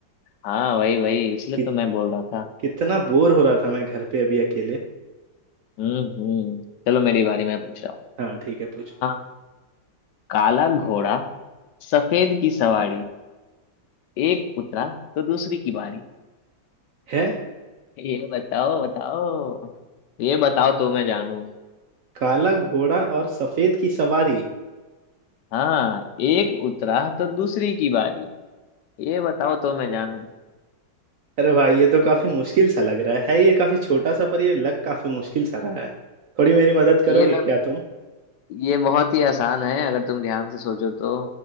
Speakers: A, on the left; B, on the right.
A: हाँ वही वही इसलिए
B: कि,
A: तो मैं बोल रहा था
B: कितना बोर हो रहा था मैं घर पे अभी अकेले
A: हम्म हम्म चलो मेरी बारी मैं पूछ रहा हूँ
B: हाँ ठीक है पूछ
A: आ काला घोड़ा सफेद की सवारी एक उतरा तो दूसरी की बारी
B: है
A: ये बताओ बताओ ये बताओ तो मैं जानू
B: काला घोड़ा और सफेद की सवारी
A: हाँ एक उतरा तो दूसरी की बारी ये बताओ तो मैं जानूं
B: अरे भाई ये तो काफी मुश्किल सा लग रहा है है ये काफी छोटा सा पर ये लग काफी मुश्किल सा रहा है थोड़ी मेरी मदद करोगे
A: ये मैं
B: क्या तुम
A: ये बहुत ही आसान है अगर तुम ध्यान से सोचो तो